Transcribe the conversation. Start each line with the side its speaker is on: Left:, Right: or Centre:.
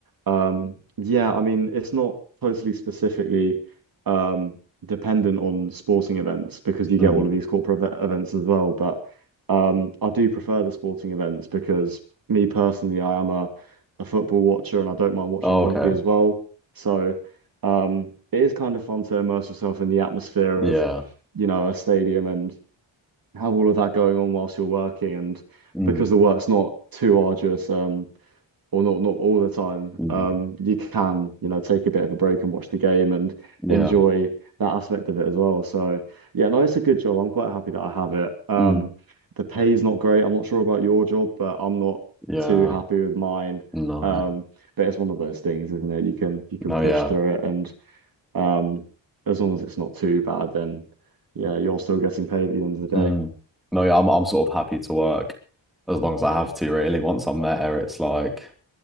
Right: um yeah I mean it's not totally specifically um dependent on sporting events because you
Centre: mm.
Right: get all of these corporate ev- events as well but um I do prefer the sporting events because me personally I am a a football watcher and I don't mind watching
Centre: Oh,
Right: rugby
Centre: okay.
Right: as well so um it is kind of fun to immerse yourself in the atmosphere
Centre: Yeah.
Right: of you know, a stadium and have all of that going on whilst you're working. And
Centre: Mm,
Right: because the work's not too arduous, um, or not not all the time,
Centre: mm,
Right: um, you can, you know, take a bit of a break and watch the game and
Centre: yeah.
Right: enjoy that aspect of it as well. So yeah, no, it's a good job. I'm quite happy that I have it. Um,
Centre: Mm,
Right: the pay's not great. I'm not sure about your job, but I'm not
Centre: yeah.
Right: too happy with mine.
Centre: No.
Right: Um, but it's one of those things, isn't it? You can you can
Centre: No,
Right: push
Centre: yeah.
Right: through it and um, as long as it's not too bad, then yeah, you're still getting paid at the end of the day.
Centre: Mm. No, yeah, I'm I'm sort of happy to work as long as I have to, really. Once I'm there, it's like